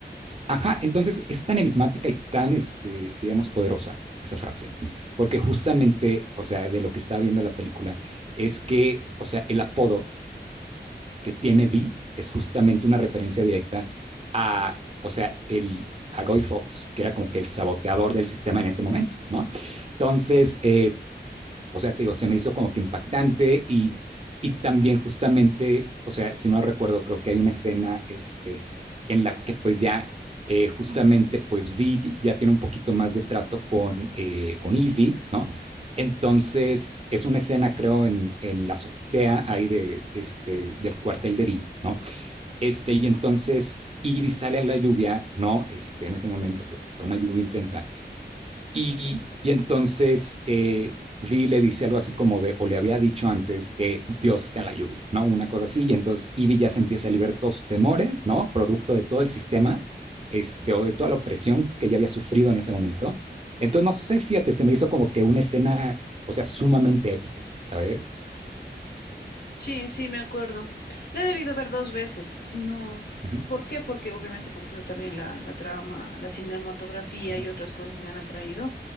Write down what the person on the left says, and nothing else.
Sí, sí, me acuerdo. La he debido ver dos veces. No,
¿por qué? Porque obviamente, como te digo, también la, la trama, la cinematografía
y otras cosas me han atraído.